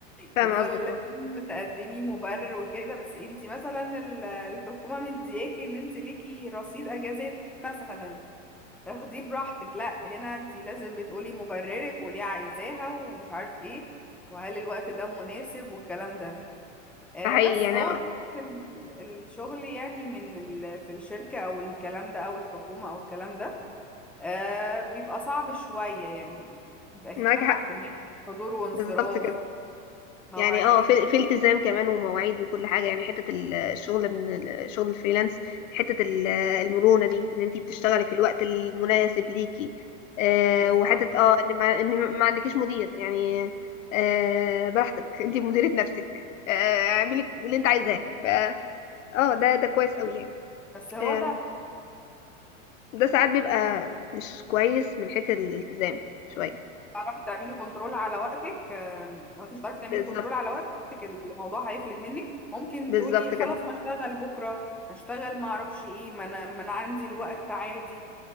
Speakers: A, on the left; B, in the centre.
A: فاهم
B: يعني
A: قصدك
B: هو لازم
A: اه
B: تقدمي مبرر وكده بس انتي مثلا ال- الحكومة مدياكي ان انتي ليكي رصيد اجازات مثلا تاخديه براحتك لا هنا انت لازم بتقولي مبررك وليه عايزاها ومش عارف ايه وهل الوقت ده مناسب والكلام ده آه
A: ده حقيقي
B: بس
A: يعني
B: فهو
A: آه،
B: شغل في ال- الشغل يعني من ال... في الشركة او الكلام ده او الحكومة او الكلام ده آه بيبقى صعب شوية يعني بيبقى فيه
A: معاك
B: تحكمات
A: حق
B: حضور وانصراف
A: بالظبط كده
B: مواعيد
A: يعني اه في في التزام كمان ومواعيد وكل حاجه يعني حته ال- الشغل من الشغل الفريلانس حته ال- المرونه دي ان انتي بتشتغلي في الوقت المناسب ليكي آه
B: بالظبط
A: وحته اه ان ما, إن ما عندكيش مدير يعني آه براحتك انتي مديره نفسك آه اعملي اللي انت عايزاه ف اه ده ده كويس قوي يعني
B: بس هو
A: آه،
B: ده
A: ده ساعات بيبقى مش كويس من حيث الالتزام شويه
B: تعرفي تعملي كنترول على وقتك آم، لو انت مش هتعرفي تعملي
A: بالظبط
B: كنترول على وقتك الموضوع هيفلت منك ممكن
A: بالظبط
B: تقولي خلاص
A: كده
B: ما اشتغل بكره ما اشتغل ما اعرفش ايه ما انا ما انا عندي الوقت عادي